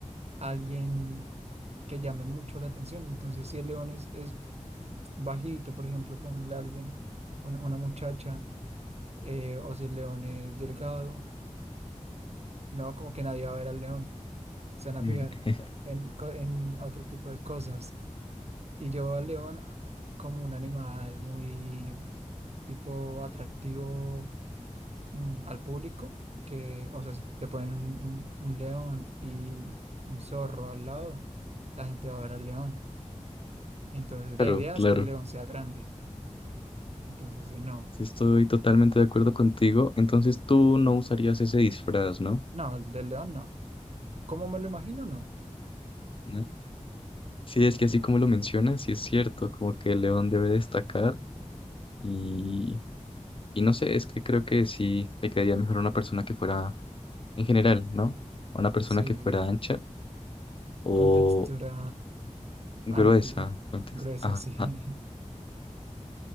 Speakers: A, on the right; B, on the left.
A: alguien que llame mucho la atención. Entonces, si el león es, es bajito, por ejemplo, ponle a alguien, una, una muchacha, eh, o si el león es delgado, no, como que nadie va a ver al león, se van a
B: Mm.
A: fijar en, co- en otro tipo de cosas. Y yo veo al león como un animal muy tipo atractivo mm, al público, que, o sea, si te ponen un, un- un león y un zorro al lado, la gente va a ver al león. Entonces
B: Claro,
A: la idea
B: claro.
A: es que el león sea grande. Entonces, eh, no,
B: Sí estoy totalmente de acuerdo contigo. Entonces tú no usarías ese disfraz, ¿no?
A: no, el del león no. ¿Cómo me lo imagino? No.
B: ¿No? Sí, es que así como lo mencionas, sí es cierto, como que el león debe destacar y, y no sé, es que creo que sí le quedaría mejor a una persona que fuera en general, ¿no? A Una persona
A: Sí,
B: que fuera ancha o
A: con textura
B: gruesa,
A: amplia,
B: contexto.
A: gruesa,
B: Ajá.
A: sí.